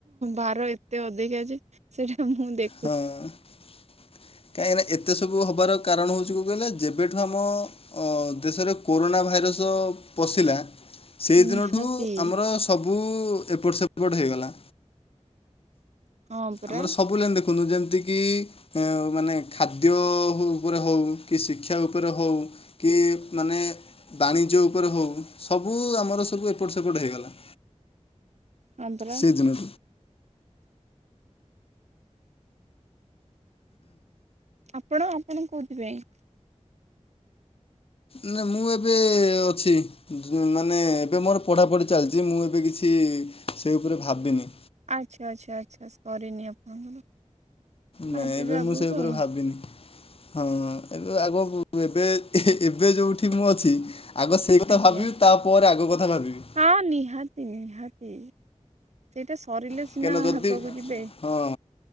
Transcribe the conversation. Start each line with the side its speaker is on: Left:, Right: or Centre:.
Right: ଭାର ଏତେ ଅଧିକା ଯେ ସେଇଟା ମୁଁ ଦେ
Left: ହଁ କାହିଁକିନା ଏତେ ସବୁ ହବାର କାରଣ ହୋଉଚି କଣ କଇଲେ ଯେବେଠୁ ଆମ ଅ ଦେଶରେ କୋରୋନା ଭାଇରସ ପଶିଲା ସେହି
Right: ନିହାତି
Left: ଦିନଠୁ ଆମର ସ ସବୁ ଏପଟ ସେପଟ ହୋଇଗଲା।
Right: ହଁ ପରା
Left: ଆମର ସବୁ ଲାଇନ ଦେଖନ୍ତୁ ଯେମତିକ କି ମାନେ ଖାଦ୍ୟ ଉପରେ ହଉ କି, ଶିକ୍ଷା ଉପରେ ହଉ କି ମାନେ ବାଣିଜ୍ୟ ଉପରେ ହୋଉ ସବୁ ଆମର ସବୁ ଏପଟ ସେପଟ ହେଇଗଲେ।
Right: ହଁ ପରା
Left: ସେଜୁନୁ
Right: ଆପଣ ଆପଣ କୋଉଥିପାଇଁ?
Left: ନା ମୁଁ ଏବେ ଅଛି। ମାନେ ଏବେ ମୋର ପଢ଼ାପଢି ଚାଲଚି। ମୁଁ ଏବେ କିଛି ସେ ଉପରେ ଭାବିନି।
Right: ଆଚ୍ଛା ଆଚ୍ଛା ଆଚ୍ଛା ସରିନି ଆପଣଙ୍କର। ଭାବିବେ
Left: ନାଇଁ ଏବେ
Right: ଆଗକୁ
Left: ମୁଁ ସେ ଉପରେ
Right: ଆଉ
Left: ଭାବିନି। ହଁ ଏବେ ଆଗକୁ ଏବେ ଏବେ ଯୋଉଠି ମୁଁ ଅଛି ଆଗ ସେଇ କଥା
Right: ଆଜ୍ଞା
Left: ଭାବିବି ତାପରେ ଆଗ କଥା ଭାବିବି।
Right: ହଁ ନିହାତି ନିହାତି ସେଇଟା ସରିଲେ
Left: କାହିଁକିନା
Right: ସିନା
Left: ଯଦି
Right: ଆଗକୁ ଯିବେ।
Left: ହଁ